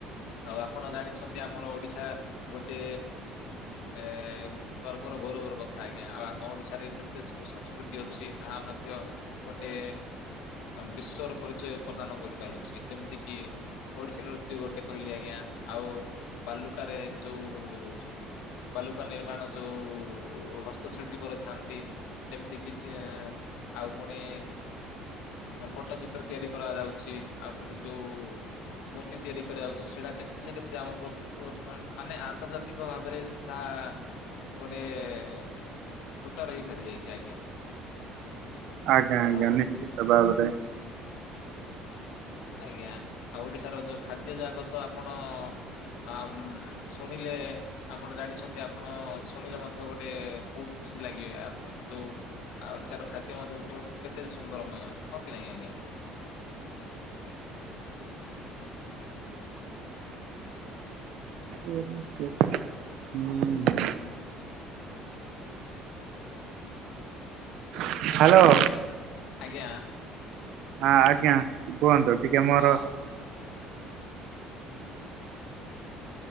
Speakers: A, on the left; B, on the right.
A: ଆଉ ଆପଣ ଜାଣିଛନ୍ତି ଆମର ଓଡିଶା ଗୋଟେ ଏ ଗର୍ବର ଗୌରବର କଥା ଆଜ୍ଞା ଆଉ ଆମ ଓଡିଶାରେ ଯେତେ ସବୁ ସଂସ୍କୃତି ଅଛି ତାହା ଆମ ମଧ୍ୟ ଗୋଟେ ବିଶ୍ଵର ପରିଚୟ ପ୍ରଦାନ କରିପାରୁଛି ଯେମିତି କିି? ଓଡିଶୀ ନୃତ୍ୟୁ ଗୋଟେ କହିଲି ଆଜ୍ଞା ଆଉ ବାଲୁକାରେ ଯୋଉ ବଲୁକା ନିର୍ମାଣ ଯୋଉ ହସ୍ତଶିଳ୍ପୀ କରିଥାନ୍ତି ଯେମିତି କିଛି ଆଉ ପୁଣି ଫଟଚିତ୍ର ତିଆରି କରାଯାଉଛି ଆଉ ପୁଣି ଯୋଉ। ମୂର୍ତ୍ତି ତିଆରି କରାଯାଉଛି ସେଇଟା କେତେ ଯେ କେତେ ଆମ ପୁ-ପୁ ମାନେ ଆନ୍ତର୍ଜାତିକ ଭାବରେ ଆ ଆ ଗୋଟେ <unintelligible> ହେଇ ସାରି ଯାଇଛି ଆଜ୍ଞା।
B: ଆଜ୍ଞା ଆଜ୍ଞା
A: ଆଉ
B: ନିଶ୍ଚିତ ଭାବରେ।
A: ଆଜ୍ଞା ଆଉ ଓଡିଶାର ଯୋଉ ଖାଦ୍ୟ ଯାକ ତ ଆପଣ ଆମ ସୁଣିଲେ ଆପଣ ଜାଣିଛନ୍ତି ଆପଣ ସୁଣିଲେ ମଧ୍ୟ ଗୋଟେ ବହୁତ ଖୁସି ଲାଗିବେ ଆପଣ ଯୋଉ। ଆଉ ଓଡିଶାର ଖାଦ୍ୟ ମଧ୍ୟ ଉ ପ କେତେ ସୁନ୍ଦରମୟ ହଁ କି ନାଇଁ ଆଜ୍ଞା?
B: <unintelligible> ହୁଁ। ହ୍ୟାଲୋ।
A: ଆଜ୍ଞା।
B: ହଁ ଆଜ୍ଞା କୁହନ୍ତୁ, ଟିକେ ମୋର
A: ହଁ <inaudible>